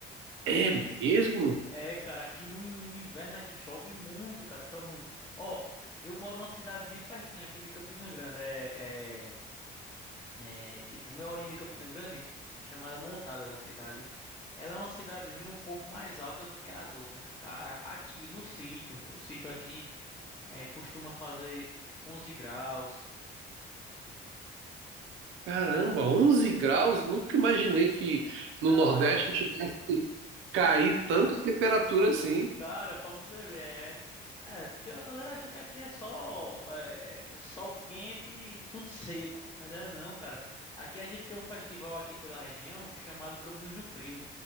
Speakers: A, on the right (about 80°); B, on the left (about 20°).
A: É mesmo?
B: É, cara, aqui no, no inverno aqui chove muito, cara, chove muito. Ó, eu moro numa cidadezinha pertinho aqui de Campina Grande, é, é, é tipo meia horinha de Campina Grande, chamada Montadas a cidade. Ela é uma cidadezinha um pouco mais alta do que as outras. Cara, aqui no sítio, no sítio aqui, é, costuma fazer 11 graus.
A: Caramba, Onze graus? Nunca imaginei que no
B: Na
A: Nordeste
B: Paraíba.
A: chegasse a cair tanto a temperatura assim.
B: Cara, pra você ver, é, é, porque a galera acha que aqui é só é, o sol quente e tudo seco, mas é não, cara. Aqui a gente tem um festival aqui pela região chamado Caminhos do Frio,